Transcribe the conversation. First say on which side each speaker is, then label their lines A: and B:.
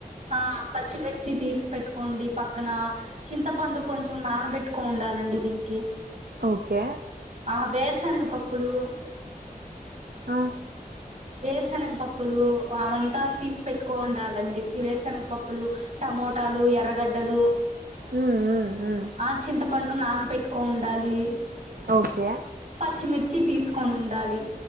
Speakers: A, on the right; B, on the right.
A: ఆ పచ్చిమిర్చి తీసి పెట్టుకోండి పక్కన చింతపండు కొంచెం నానబెట్టుకో ఉండాలండి దీనికి
B: ఓకే
A: ఆ వేరుశనగ పప్పులు
B: ఆ
A: వేరుశనగపప్పులు అవంతా తీసి పెట్టుకో ఉండాలండి వేరుశెనగపప్పులు టమోటాలు ఎర్రగడ్డలు
B: హ్మ్. హ్మ్. హ్మ్.
A: ఆ చింతపండు నాన పెట్టుకో ఉండాలి
B: ఓకే
A: పచ్చిమిర్చి తీసుకొని ఉండాలి